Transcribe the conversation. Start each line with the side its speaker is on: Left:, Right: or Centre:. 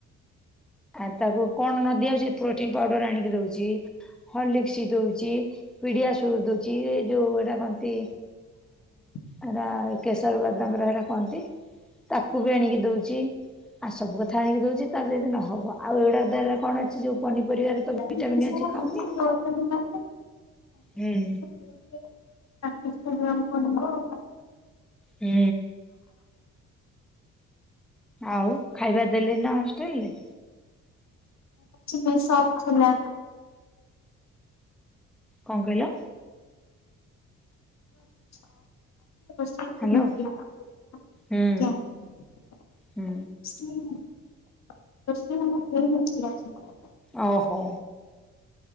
Centre: ଆଉ ତାକୁ କଣ ନ ଦିଆ ହଉଚି କି ପ୍ରୋଟିନ୍ ପାଉଡର ଆଣିକି ଦଉଚି। ହର୍ଲିକ୍ସ୍ ଦଉଚି, ପିଡିଆସୁର ଦଉଚି, ଏ ଯୋଉ ଏଟା କଣ ତି?
Left: <inaudible>
Centre: ଏଟ କେଶର ବାଦାମ ର ସେଟା କନ୍ତି? ତାକୁ ବି ଆଣିକି ଦଉଛି ଆଉ ସବୁ କଥା ଆଣିକି ଦଉଚି ତାର ଯଦି ନହବ। ଆଉ ଏଉଡା ଦିଆ ହେଲେ କଣ ଅଛି ଯୋଉ ପନିପରିବାରେ ତ
Left: ନାଇଁ
Centre: ଭିଟାମନ୍
Left: ଏତେ
Centre: ଅଛି
Left: ସାରା
Centre: ଖାଉନି।
Left: ପ୍ରୋଟିନ ଦଉଛନ୍ତି ମାନେ
Centre: ହୁଁ,
Left: <inaudible>
Centre: ହୁଁ। ଆଉ ଖାଇବା ଦେଲେ ନା ହଷ୍ଟେଲ୍ ରେ।
Left: <inaudible> ସପ୍ ଖୋଲା।
Centre: କଣ କହିଲ?
Left: <inaudible>
Centre: ହ୍ୟାଲୋ।
Left: <inaudible>
Centre: ହୁଁ ହୁଁ।
Left: <inaudible>
Centre: ଓହୋ।